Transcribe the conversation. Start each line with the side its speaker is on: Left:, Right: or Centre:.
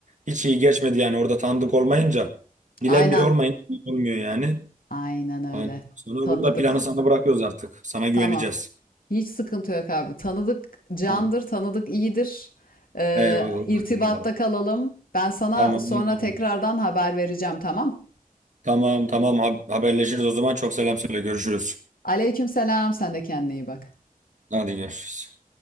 Right: Hiç iyi geçmedi yani orada tanıdık olmayınca. Bilen
Left: aynen.
Right: biri olmayınca iyi olmuyor yani.
Left: Aynen öyle.
Right: Ondan sonra
Left: Tanıdık.
Right: burada planı sana bırakıyoruz artık. Sana güveneceğiz.
Left: Tamam. Hiç sıkıntı yok abi. Tanıdık candır,
Right: Tamam.
Left: tanıdık iyidir. Ee,
Right: Eyvallah,
Left: irtibatta
Right: eyvallah.
Left: kalalım. Ben sana
Right: Tamam,
Left: sonra
Right: tamam.
Left: tekrardan haber vereceğim, tamam?
Right: Tamam, tamam. Ha- Haberleşiriz o zaman. Çok selam söyle. Görüşürüz.
Left: Aleykümselam. Sen de kendine iyi bak.
Right: Hadi görüşürüz.